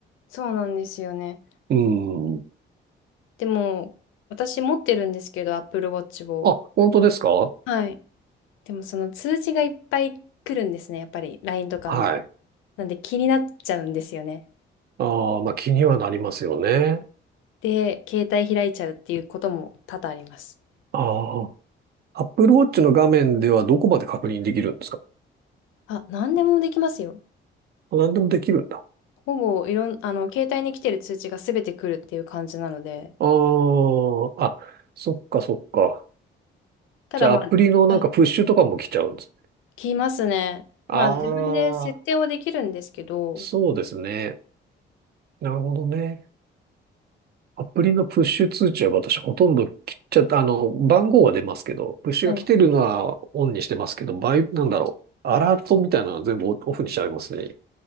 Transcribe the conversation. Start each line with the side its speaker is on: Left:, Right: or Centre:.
Left: そうなんですよね。
Right: うん。
Left: でも、私持ってるんですけど、Apple Watch を。
Right: あ、本当ですか
Left: はい。でも、その通知がいっぱい来るんですね、やっぱり、LINE とかの。
Right: はい。
Left: なんで気になっちゃうんですよね。
Right: ああ、まあ気にはなりますよね。
Left: で、携帯開いちゃうっていうことも多々あります。
Right: ああ。Apple Watch の画面ではどこまで確認できるんですか
Left: あ、何でもできますよ。
Right: あ何でもできるんだ。
Left: ほぼ、いろん、あの、携帯に来てる通知が全て来るっていう感じなので。
Right: ああ。あ、そっかそっか。
Left: ただ、
Right: じゃあアプリのなんかプッシュとかも来ちゃうんです。
Left: まあ、はい来ますね。
Right: ああ、
Left: まあ、自分で設定はできるんですけど、
Right: そうですね。なるほどね。アプリのプッシュ通知は私ほとんど切っちゃった。あの、番号は出ますけど、プッシュが来てるのはオンにしてますけど、
Left: はい
Right: バイ、なんだろう。アラートみたいなのは全部オオフにしちゃいますね。